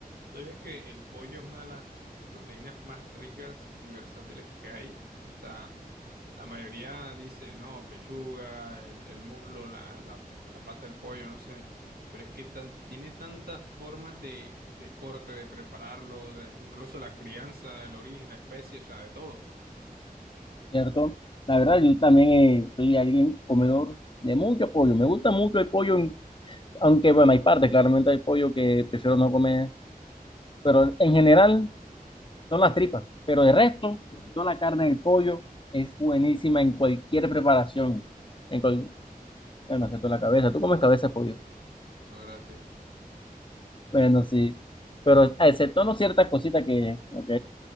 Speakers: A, on the right; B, on the left.
A: ¿Sabías que el pollo es una de las proteínas más ricas y versátiles que hay? O sea, la mayoría dice, no, pechuga, el, el muslo, la, la, la pata del pollo, no sé. Pero es que tan- tiene tantas formas de, de corte, de prepararlo, de- incluso la crianza, el origen, la especie, o sea, de todo.
B: ¿cierto? La verdad, yo también eh, soy alguien comedor de mucho pollo. Me gusta mucho el pollo, aunque bueno, hay partes, claramente hay pollo que prefiero no comer, pero en general son las tripas. Pero de resto, toda la carne del pollo es buenísima en cualquier preparación. En cual... Ay, Me la cabeza. ¿Tú comes cabeza de pollo?
A: No, gracias.
B: Bueno, sí. Pero exceptuando ciertas cositas que, ok.